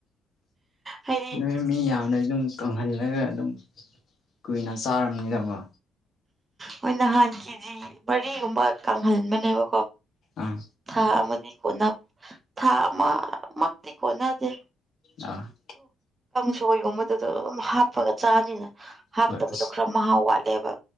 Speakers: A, on the right; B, on the left.
A: ꯍꯥꯏꯗꯤ
B: ꯅꯣꯏ ꯃꯤ ꯌꯥꯝꯅ ꯑꯗꯨꯝ ꯀꯪꯍꯜꯂꯒ ꯑꯗꯨꯝ ꯀꯨꯏꯅ ꯆꯥꯔꯝꯅꯤꯗꯕ
A: ꯃꯣꯏ ꯅꯍꯥꯟ ꯀꯦꯖꯤ ꯃꯔꯤꯒꯨꯝꯕ ꯀꯪꯍꯟꯕꯅꯦꯕ
B: ꯑꯥ
A: ꯊ ꯃꯅꯤ ꯀꯅꯥ ꯊꯥ ꯃꯥꯥꯛꯇꯩ ꯀꯅꯥ ꯑꯗꯨ
B: ꯑ
A: ꯁꯣꯏꯒꯨꯝꯕꯗꯨꯗ ꯑꯗꯨꯝ ꯍꯥꯞꯄꯒ ꯆꯥꯅꯤꯅ ꯍꯥꯞꯇꯕꯗꯣ
B: ꯍꯣꯏ ꯑꯁ
A: ꯈꯔ ꯃꯍꯥꯎ ꯋꯥꯠꯂꯦꯕ